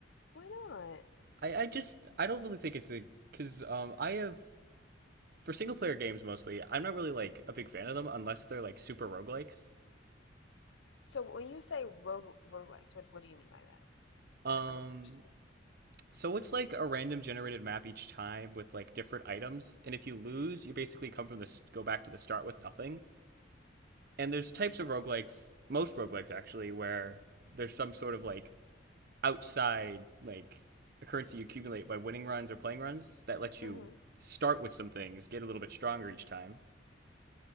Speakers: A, on the left (about 80°); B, on the right (about 55°).
A: <laughs> Why not?
B: I, I just, I don't really think it's a, because um, I have, for single player games mostly, I'm not really like a big fan of them unless they're like super roguelikes.
A: So when you say rogue roguelikes, what what do you mean by that?
B: Um,
A: I don't, I don't understand.
B: so it's like a random generated map each time with like different items, and if you lose, you basically come from the go back to the start with nothing. And there's types of roguelikes, most roguelikes actually, where there's some sort of like outside like a currency you accumulate by winning runs or playing runs that lets you
A: Mm-hmm.
B: start with some things, get a little bit stronger each time.